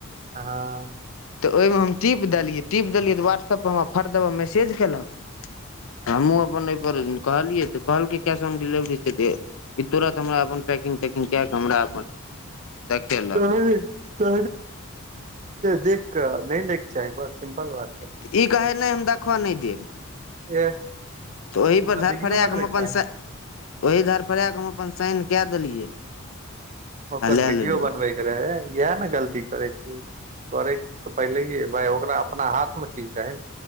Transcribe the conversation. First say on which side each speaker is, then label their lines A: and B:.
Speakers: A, on the right; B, on the left.
A: ह
B: तऽ ओहिमे हम टिप देलियै टिप देलियै तऽ व्ह्तप्प हमरा फर दबह मैसेज केलक हमु अपन ईपर कहलियै तऽ कहलक कैश ऑन डिलेवरी छै तुरत हमरा अप पकिंग तकिंग कऽ हमरा देखल
A: तो देख कऽ नहि लैके चाही ब सिम्पल बात ह
B: त ई कहै नहि हम देखऽ नहि देब
A: एह
B: तऽ ओहीपर
A: ओकरा
B: धरफड़ा
A: वीडियो बनबैके
B: क हम अपन
A: चाही
B: स ओहि धर परा कऽ हम अपन साइन कऽ देलियै
A: ओकर
B: आ लए
A: वीडियो
B: लेलियै
A: बनबै के रहे इएह ने गलती करै छीय। करय के पहिले ओकरा अपना हाथमे चीज दहइ